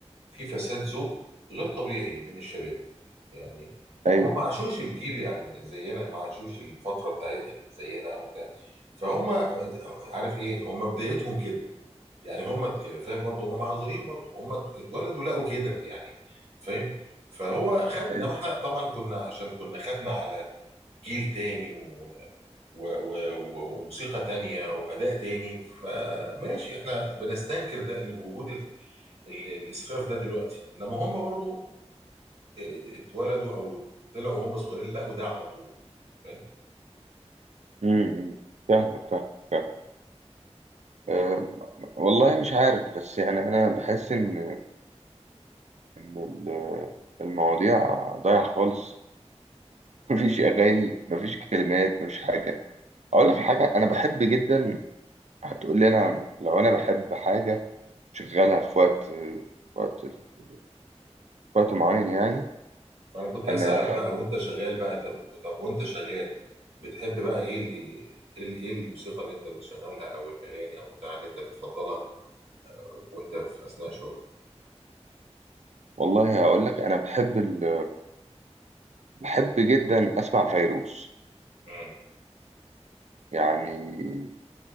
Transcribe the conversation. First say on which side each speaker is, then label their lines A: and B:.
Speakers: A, on the right (about 60°); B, on the right (about 80°).
A: في فساد ذوق غير طبيعي من الشباب يعني
B: ايوه
A: هم ما عاشوش الجيل يعني زينا ما عاشوش الفتره بتاع زينا او بتاع فهم عارف ايه هم بدايتهم كده يعني هم ت- فاهم برضه هم معذورين برضه هم اتولدوا لقوا كده يعني فاهم فهو خدنا
B: ايوه
A: ما احنا طبعا كنا عشان كنا خدنا على جيل تاني و... و... و... و- وموسيقى تانية وأداء تاني فماشي احنا بنستنكر ده اللي بوجود ال- الاسفاف ده دلوقتي انما هم برضو اه، اتولدوا او طلعوا وهم صغيرين لقوا ده على طول فاهم
B: امم فاهمك فاهمك أه والله مش عارف بس يعني أنا بحس إن إن ال- المواضيع ضايعة خالص <laughs> مفيش أغاني مفيش كلمات مفيش حاجة
A: مم.
B: أقول لك على حاجة أنا بحب جدا هتقول لي أنا لو أنا بحب حاجة شغالها في وقت في وقت في وقت معين يعني
A: فانا كنت هسألك
B: أنا
A: بقى وانت شغال بقى انت بت- طب وانت شغال بتحب بقى ايه اللي ايه ال- ايه الموسيقى اللي انت بتشغلها او الاغاني او بتاع اللي انت بتفضلها وانت في اثناء شغلك
B: والله هقول لك أنا بحب ال... بحب جدا أسمع فيروز
A: مم.
B: يعني